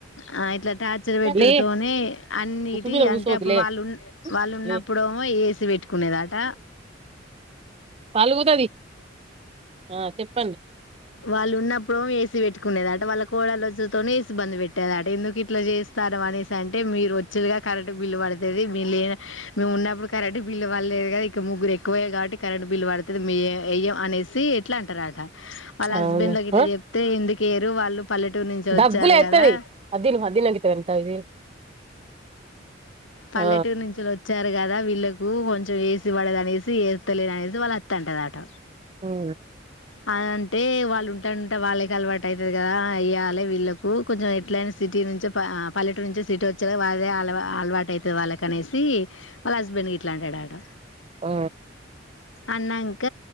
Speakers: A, on the left (about 85°); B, on the right (about 30°).
A: ఆ ఇట్లా టార్చర్ పెెట్టుడుతోనే
B: లే
A: అన్నిటి
B: ఉప్పు మీద
A: అంటే
B: కూసోవద్దు
A: అప్పుడు
B: లే
A: వాళ్ళు వాళ్ళు ఉన్నప్పుడు
B: లే
A: మో ఏసి పెట్టుకునేదాట
B: పలుగుతుది ఆ చెప్పు
A: వాళ్ళు ఉన్నప్పుడో ఏసీ పెట్టుకునేది అంట వాళ్ళ కోడలు వచ్చుతోనే ఏసి ఇబ్బంది పెట్టేదట ఎందుకు ఇట్లా చేస్తారు అనేసి అంటే మీరు వచ్చేదిగా కరెక్ట్ బిల్లు పడతది మీ లే మేము ఉన్నప్పుడు కరెంట్ బల్లుల్లలేదు కద ఇక ముగ్గురు ఎకువయ కాబట్టి కరెంట్ బల్ పడుతది మీ ఎయ్యం అనేసి ఎట్లా అంటారట వాళ్ళ హస్బెండ్
B: అవును
A: కి ఇట్లా
B: ఆ
A: చెప్తే ఎందుకు ఏయరు వాళ్ళు పల్లెటూరు నుంచి వచ్చారు
B: దగ్గు లేత్తది
A: కదా
B: అది తిను అది తిన్నాక ఇత్త గాని తాగు ఇది తిను
A: పల్లెటూరు
B: ఆ
A: నుంచి వచ్చారు కదా వీళ్ళలకు కొంచెం ఏసి పడదు అనేసి ఏతలేదు అనేసి వాళ్ళు అత్త అంటదట
B: ఆ
A: అ అంటే వాళ్ళు ఉంటా ఉంటే వాళ్ళకి అలవాటు అవుతుది కదా వేయ్యాలి వీళ్ళలకు కొంచెం ఎట్లయినా సి సిటీ నుంచి ఆ పల్లెట నుంచంచి సిటీ వచ్చే వాళ్ే అలవా అలవాటు అవుతది వాళ్ళ కి అనేసి వాళ్ళ హస్బెండ్ ఇట్లా అంటాడంట
B: ఆ
A: అన్నాంక